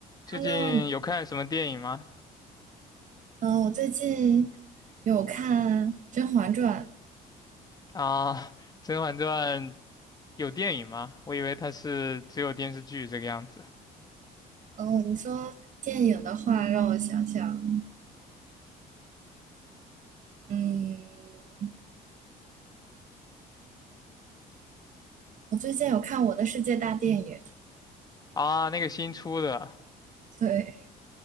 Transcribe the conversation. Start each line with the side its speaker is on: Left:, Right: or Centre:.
Left: 最近有看什么电影吗？
Right: Hello，你呃，我最近有看《甄嬛传》。
Left: 啊，《甄嬛传》有电影吗？我以为它是只有电视剧这个样子。
Right: 哦，你说电影的话，让我想想。嗯，我最近有看《我的世界大电影》。
Left: 啊，那个新出的，
Right: 对，